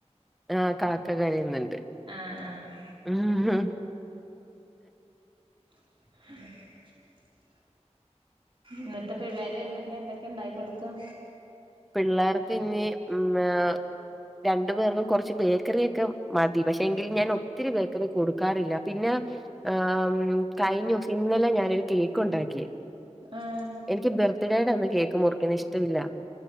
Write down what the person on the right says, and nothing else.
ആഹ് ആഹ്
<inaudible> ഇന്നത്തെ പിള്ളേര് വരുമ്പക്ക്ന് എന്തെക്കെ ഇണ്ടാക്കി കൊട് ക്ക
ആഹ്